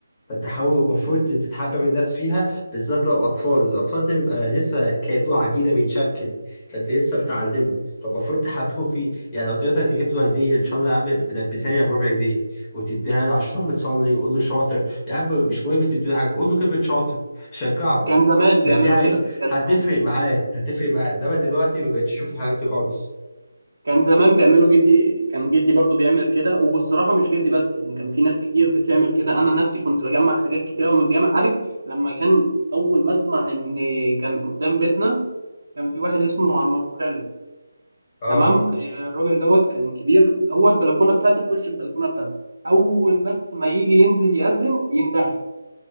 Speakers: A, on the left; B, on the right.
A: تحاول المفروض تتحبب الناس فيها بالذات لو أطفال الأطفال ده بيبقى لسه كأنه عجينة بيتشكل فأنت لسه بتعلمه فالمفروض تحببه فيه يعني لو تقدر تجيب له هدية إن شاء الله يا عم بلبسها بربع جنيه وتديها له عشان هو بتصلي وقول له شاطر يا عم مش مهم تديله حاجة قول له كلمة شاطر شجعه
B: كان زمان بيعملوا
A: فدي عارف
B: كده كان
A: هتفرق
B: زمان
A: معاه هتفرق معاه إنما دلوقتي ما بقتش أشوف الحاجات دي خالص
B: كان زمان بيعملوا جدي كان جدي برضو بيعمل كده والصراحة مش جدي بس يعني كان في ناس كتير بتعمل كده أنا نفسي كنت بجمع حاجات كتير أوي من الجامع عارف لما كان أول ما أسمع إن كان قدام بيتنا كان في واحد اسمه عم أبو خالد
A: اه
B: تمام آه، الراجل دوت كان كبير هو البلكونة بتاعتي في وش البلكونة بتاعتي أول بس ما يجي ينزل يأذن يندهلي